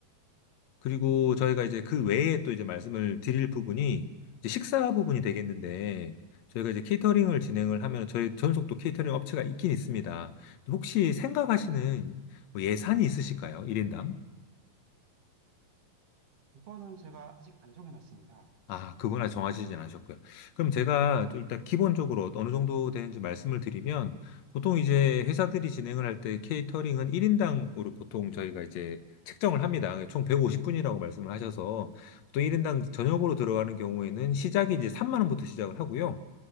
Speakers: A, on the left (about 65°); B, on the right (about 45°).
A: 그리고 저희가 이제 그 외에 또 이제 말씀을 드릴 부분이 이제 식사 부분이 되겠는데 저희가 이제 케이터링을 진행을 하면 저희 전속 도 케이터링 업체가 있긴 있습니다. 혹시 생각하시는 뭐 예산이 있으실까요? 일인당
B: 그거는 제가 아직 안 정해놨습니다.
A: 아, 그거나 정하시진 않으셨고요. 그럼 제가 좀 일단 기본적으로 어느 정도 되는지 말씀을 드리면, 보통 이제 회사들이 진행을 할 때 케이터링은 1인당으로 보통 저희가 이제 책정을 합니다. 그러니까 총 150분이라고 말씀을 하셔서, 보통 1인당 저녁으로 들어가는 경우에는 시작이 이제 3만 원부터 시작을 하고요.